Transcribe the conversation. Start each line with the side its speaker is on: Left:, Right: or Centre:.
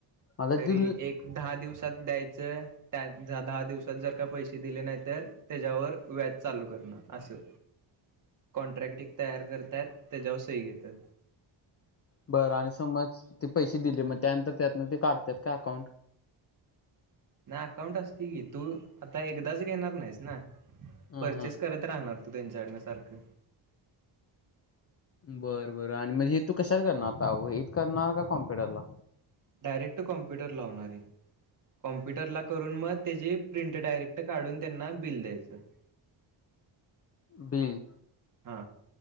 Left: मला
Right: तरी
Left: ती
Right: एक दहा दिवस सात द्यायचं, त्या दहा दिवसात जर का पैसे दिले नाही तर, त्याच्यावर व्याज चालू कर न असं कॉन्ट्रॅक्ट एक तयार करतात त्याच्यावर सही घेतात.
Left: बरं आणि समज ते पैसे दिले मग त्यानंतर त्यातनं ते काढतात का अकाउंट?
Right: नाही अकाउंट असतंय की, तू आता एकदाच घेणार नाहीस ना.
Left: हा
Right: परचेस
Left: हा
Right: करत राहणार तू त्यांच्याकडनं सारखं.
Left: बरं बरं, आणि मग हे तू कशात करणार आता वहीत करणार का कॉम्प्युटरला?
Right: Direct computer लावणारय. कॉम्प्युटरला करून मग त्याची प्रिंट डायरेक्ट काढून त्यांना बिल द्यायचं. <inaudible>
Left: बिल
Right: हा